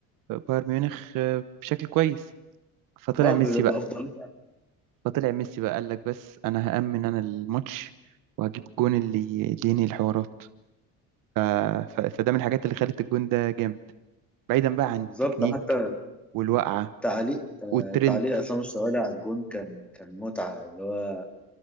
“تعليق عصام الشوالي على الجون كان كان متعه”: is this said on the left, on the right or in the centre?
Centre